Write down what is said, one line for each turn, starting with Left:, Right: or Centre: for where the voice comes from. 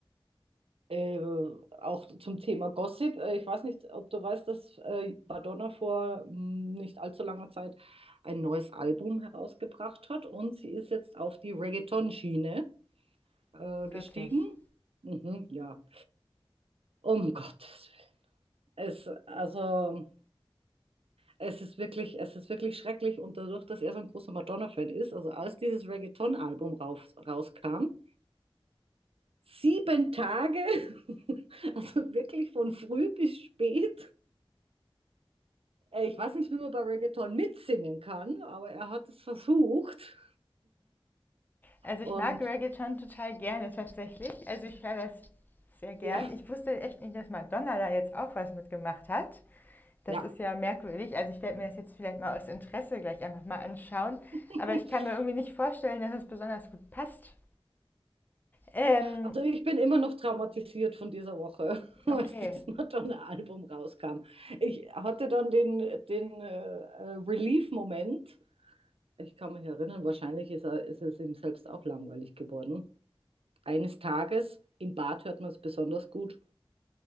Right: äh, auch zum Thema Gossip. Äh, ich weiß nicht, ob du weißt, dass äh, Madonna vor mh, nicht allzu langer Zeit ein neues Album herausgebracht hat und sie ist jetzt auf die Reggaeton-Schiene äh,
Left: Wirklich.
Right: gestiegen. Mhm, ja, um Gottes Es, also, es ist wirklich, es ist wirklich schrecklich und dadurch, dass er so ein großer Madonna-Fan ist, also als dieses Reggaeton-Album raus, rauskam, sieben Tage, <laughs> also wirklich von früh bis spät. Äh, Ich weiß nicht, wie man bei Reggaeton mitsingen kann, aber er hat es versucht
Left: Also ich
Right: und
Left: mag Reggae schon total gerne tatsächlich. Also ich höre das sehr gern.
Right: ja,
Left: Ich wusste echt nicht, dass Madonna da jetzt auch was mitgemacht hat. Das
Right: ja.
Left: ist ja merkwürdig. Also ich werde mir das jetzt vielleicht mal aus Interesse gleich einfach mal anschauen.
Right: <laughs>
Left: Aber ich kann mir irgendwie nicht vorstellen, dass es besonders gut passt. Ähm,
Right: Also ich bin immer noch traumatisiert von dieser Woche, <laughs> als
Left: okay.
Right: das Madonna-Album rauskam. Ich hatte dann den, den äh, äh, Relief-Moment, Ich kann mich erinnern, wahrscheinlich ist er, ist es ihm selbst auch langweilig geworden. Eines Tages, im Bad hört man es besonders gut,